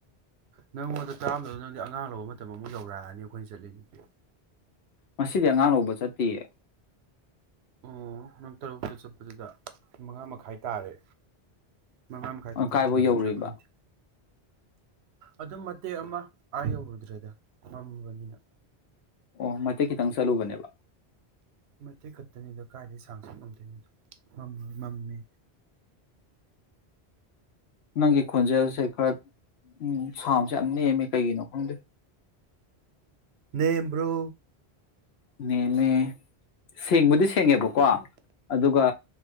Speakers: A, on the right; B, on the left.
A: ꯅꯪꯉꯣꯟꯗ ꯆꯥꯔꯝꯗꯗꯣ ꯅꯪꯗꯤ ꯑꯉꯥꯡ ꯂꯧꯕ ꯃꯇꯝ ꯑꯃꯨꯛ ꯌꯧꯔꯛꯑꯅꯤ ꯑꯩꯈꯣꯏꯅ ꯆꯠꯂꯤꯗꯨꯗꯤ
B: ꯃꯁꯤꯗꯤ ꯑꯉꯥꯡ ꯂꯧꯕ ꯆꯠꯇꯌꯦ
A: ꯑꯣ ꯅꯪ ꯇꯔꯨꯛꯇ ꯆꯠꯄꯁꯤꯗ ꯃꯉꯥ ꯃꯈꯥꯏ ꯇꯥꯔꯦ ꯃꯉꯥ ꯃꯈꯥꯏ
B: ꯎꯝ
A: ꯈꯤꯇꯪ
B: ꯀꯥꯏꯕꯧ
A: ꯍꯦꯜꯂꯝꯃꯗ꯭ꯔꯥ
B: ꯌꯧꯔꯤꯕ
A: ꯈꯪꯗꯦ ꯑꯗꯨꯝ ꯃꯇꯦꯛ ꯑꯃ ꯑꯥ ꯌꯧꯔꯨꯗ꯭ꯔꯦꯗ ꯃꯝꯕꯅꯤꯅ
B: ꯑꯣ ꯃꯇꯦꯛ ꯈꯤꯇꯪ ꯆꯠꯂꯨꯕꯅꯦꯕ
A: ꯃꯇꯦꯛ ꯈꯛꯇꯅꯤꯗ ꯀꯥꯏꯗ ꯁꯥꯡꯁꯨ ꯉꯝꯗꯣꯏꯅꯣꯗꯣ ꯃꯝꯁꯨ ꯃꯝꯃꯤ
B: ꯅꯪꯒꯤ ꯈꯣꯟꯖꯦꯜꯁꯦ ꯈꯔ ꯎ ꯁꯥꯎꯟꯁꯦ ꯌꯥꯝ ꯅꯦꯝꯃꯦ ꯀꯩꯒꯤꯅꯣ ꯈꯪꯗꯦ
A: ꯅꯦꯝꯕ꯭ꯔꯣ
B: ꯅꯦꯃꯦ ꯁꯦꯡꯕꯨꯗꯤ ꯁꯦꯡꯉꯦꯕꯀꯣ ꯑꯗꯨꯒ